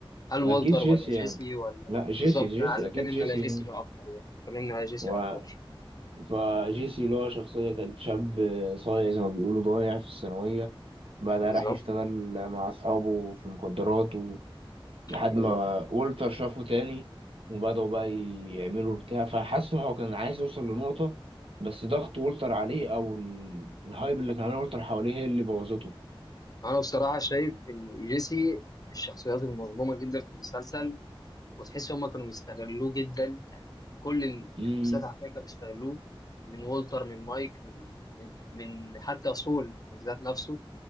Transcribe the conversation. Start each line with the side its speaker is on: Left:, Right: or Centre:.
Left: هل والتر
Right: أكيد جيسي
Left: ولا جيسي
Right: يعني
Left: ولا
Right: لأ جيسي
Left: بالظبط
Right: جيسي
Left: انا عايز اتكلمنا
Right: أكيد جيسي
Left: على جيسي
Right: يعني.
Left: بقى اكتر بقى اتكلمنا على جيسي
Right: و
Left: اكتر شوية.
Right: فجيسي اللي هو شخصية كان شاب صايع زي ما بيقولوا ضايع في الثانوية بعدها
Left: بالظبط
Right: راح يشتغل مع أصحابه في المخدرات و... لحد
Left: بالظبط
Right: ما والتر شافه تاني وبدأوا بقى يعملوا بتاع فحس إن هو كان عايز يوصل لنقطة بس ضغط والتر عليه أو ال- الهايب اللي كان عامله والتر حواليه هي اللي بوظته.
Left: انا بصراحة شايف ان جيسي من الشخصيات المظلومة جدا في المسلسل وتحس هما كانوا بيستغلوه جدا يعني كل اللي
Right: امم
Left: في المسلسل حرفيا كانوا بيستغلوه من والتر من مايك من من, من حتى سول ذات نفسه